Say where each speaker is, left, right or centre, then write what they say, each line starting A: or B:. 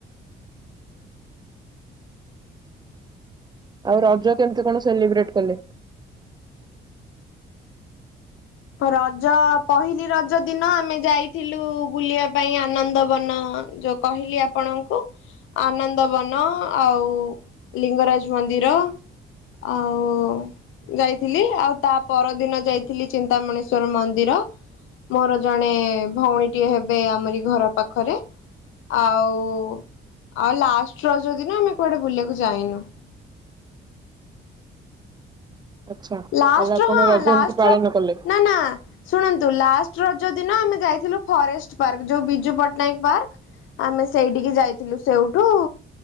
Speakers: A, on the right (about 20°); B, on the left (about 85°).
A: ଆଉ ରଜ କେମିତି କଣ ସେଲିବ୍ରେଟ କଲେ?
B: ରଜ ପହିଲି ରଜ ଦିନ ଆମେ ଯାଇଥିଲୁ ବୁଲିବା ପାଇଁ ଆନନ୍ଦ ବନ ଯୋଉ କହିଲି ଆପଣଙ୍କୁ ଆନନ୍ଦ ବନ ଆଉ ଲିଙ୍ଗରାଜ ମନ୍ଦିର ଆଉ ଯାଇଥିଲି ଆଉ ତା ପରଦିନ ଯାଇଥିଲି ଚିନ୍ତାମଣେଶ୍ଵର ମନ୍ଦିର ମୋର ଜଣେ ଭଉଣୀ ଟିଏ ହେବେ ଆମରି ଘର ପାଖରେ ଆଉ ଆଉ ଲାଷ୍ଟ ରଜ ଦିନ ନା ଆମେ କୁଆଡେ ବୁଲିବାକୁ ଯାଇନୁ।
A: ଆଚ୍ଛା
B: ଲାଷ୍ଟ
A: ତାହେଲେ ଆପଣ
B: ର ହଁ
A: ରଜ
B: ଲାଷ୍ଟ
A: ଏମିତି ପାଳନ
B: ର
A: କଲେ
B: ନା ନା ଶୁଣନ୍ତୁ ଲାଷ୍ଟର ଜ ଦିନ ଆମେ ଯାଇଥିଲୁ ଫରେଷ୍ଟ ପାର୍କ ଯୋଉ ବିଜୁ ପଟ୍ଟନାୟକ ପାର୍କ ଆମେ ସେଇଠିକି ଯାଇଥିଲୁ ସେଇଠୁ